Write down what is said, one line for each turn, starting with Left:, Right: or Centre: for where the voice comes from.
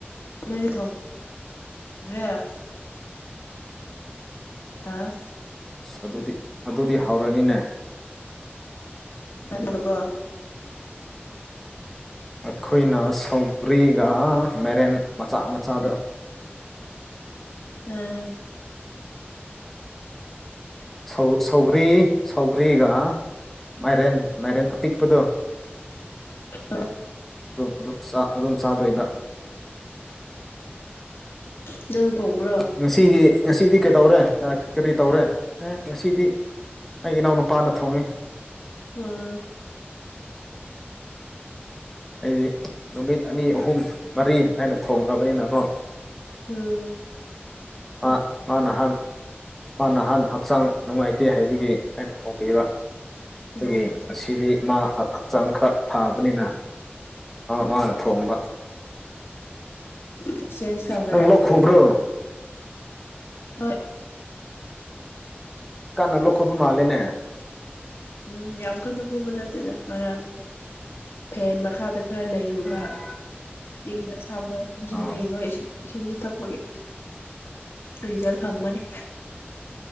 Left: ꯅꯣꯏꯗꯤ ꯊꯣꯡ ꯑꯗꯨ꯭ꯔ
Centre: <inaudible>
Left: ꯍꯥꯥ
Centre: ꯑꯁ ꯑꯗꯨꯗꯤ ꯑꯗꯨꯗꯤ ꯍꯧꯔꯅꯤꯅꯦ
Left: ꯅꯤꯕ
Centre: ꯑꯩꯈꯣꯏꯅ ꯁꯧꯒ꯭ꯔꯤꯒ ꯃꯦꯔꯦꯟ ꯃꯆꯥ ꯃꯆꯥꯗ
Left: ꯎꯝ
Centre: ꯁꯧ ꯁꯧꯒ꯭ꯔꯤ ꯁꯧꯒ꯭ꯔꯤꯒ ꯃꯥꯏꯔꯦꯟ ꯃꯥꯏꯔꯦꯟ ꯑꯄꯤꯛꯄꯗꯣ
Left: ꯑ
Centre: ꯑꯗꯨꯝ ꯑꯗꯨ ꯑꯗꯨꯝ ꯆꯥꯗꯣꯏꯕ
Left: ꯎꯝ ꯅꯪꯅ ꯊꯣꯡꯕ꯭ꯔꯣ
Centre: ꯉꯁꯤꯒꯤ ꯉꯁꯤꯗꯤ ꯀꯩꯗꯧꯔꯦ ꯀꯔꯤ ꯇꯧꯔꯦ ꯑꯦ ꯉꯁꯤꯗꯤ ꯑꯩ ꯏꯅꯥꯎ ꯅꯨꯨꯄꯥꯅ ꯊꯣꯡꯉꯤ
Left: ꯑꯥ
Centre: ꯑꯩꯗꯤ ꯅꯨꯃꯤꯠ ꯑꯅꯤ ꯑꯍꯨꯝ ꯃꯔꯤ ꯍꯥꯏꯅ ꯊꯣꯡꯉꯕꯅꯤꯅꯀꯣ
Left: ꯎꯝ
Centre: ꯑ ꯃꯥ ꯅꯍꯥꯟ ꯃꯥ ꯅꯍꯥꯟ ꯍꯛꯆꯥꯡ ꯅꯨꯡꯉꯥꯏꯇꯦ ꯍꯥꯏꯕꯒꯤ ꯍꯥꯏꯅ ꯊꯣꯡꯕꯤꯕ
Left: ꯎꯝ
Centre: ꯑꯗꯨꯒꯤ ꯉꯁꯤꯗꯤ ꯃꯥ ꯍꯛꯆꯥꯡ ꯈꯔ ꯊꯥꯕꯅꯤꯅ ꯃꯥꯅ ꯊꯕ
Left: ꯑꯦꯛꯆꯦꯟꯖ ꯇꯧꯅꯔꯦ
Centre: ꯅꯪ ꯂꯣ ꯈꯣꯕ꯭ꯔꯣ
Left: ꯍꯣꯏ
Centre: ꯀꯥꯟꯅ ꯂꯧꯈꯣꯏꯕ ꯃꯥꯜꯂꯤꯦꯅꯦ
Left: ꯎꯝ ꯌꯥꯝꯈꯥꯟꯅ ꯈꯣꯕ ꯂꯦ ꯇ ꯀꯔ ꯐꯦꯟ ꯃꯈꯥꯗ ꯈꯔ ꯂꯩꯔꯨꯕ
Centre: ꯎꯝ
Left: ꯏꯪ ꯑꯁꯥꯕ ꯄꯨꯟꯁꯤꯟꯕꯒꯤ
Centre: ꯑꯥ
Left: ꯋꯥ ꯏꯁꯤꯡ ꯏꯁꯤꯡꯁꯨ ꯊꯛꯄꯒꯤ ꯔꯤꯖꯜ ꯐꯪꯕꯅꯤ